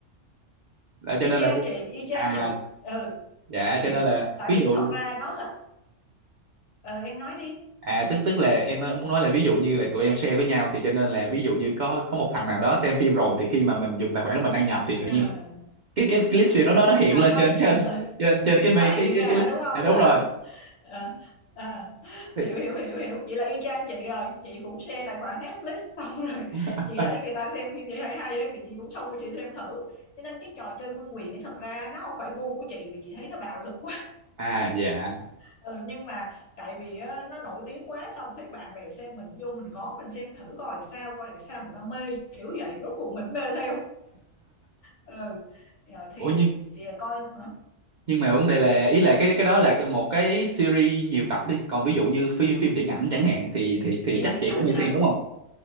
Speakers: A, on the right; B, on the left.
A: là
B: y
A: cho nên
B: chang
A: là vi-
B: chị y chang
A: à
B: chị ừ,
A: dạ
B: ừ.
A: cho nên là
B: tại
A: ví
B: vì
A: dụ
B: thật ra nó là ờ, em nói đi
A: À tức tức là em nói, muốn nói là ví dụ như là tụi em share với nhau thì cho nên là ví dụ như có có một thằng nào đó xem phim rồi thì khi mà mình dùng tài khoản của mình đăng nhập thì tự
B: Ờ,
A: nhiên là- cái cái, cái list phim đó nó nó hiện
B: à
A: lên
B: nó
A: trên <laughs> trên
B: tự
A: trên trên cái
B: nó
A: mây
B: hiện
A: cái cái
B: ra
A: cái list.
B: đúng không
A: Dạ đúng
B: đó là
A: rồi.
B: ờ, ờ,
A: Thì,
B: hiểu hiểu hiểu hiểu vậy là y chang chị rồi chị cũng share tài khoản Netflix <laughs> xong rồi
A: <laughs>
B: chị thấy người ta xem phim vậy hay hay á thì chị cũng xông qua chị xem thử cho nên cái trò chơi vương quyền ấy thật ra nó không phải gu của chị vì chị thấy nó bạo lực quá
A: à dạ.
B: ừ, nhưng mà tại vì á, nó nổi tiếng quá xong thấy bạn bè xem mình vô mình ngó mình xem thử coi sao coi là sao người ta mê kiểu vậy rốt cuộc mình mê theo ừ Rồi thì
A: Ủa nhưng
B: chị coi hả?
A: nhưng mà vấn đề là ý là cái cái đó là cái- một cái series nhiều tập đi, còn ví dụ như phim phim điện ảnh chẳng hạn thì thì thì
B: phim
A: chắc
B: điện
A: chị
B: ảnh
A: cũng hay
B: hả
A: xem đúng không?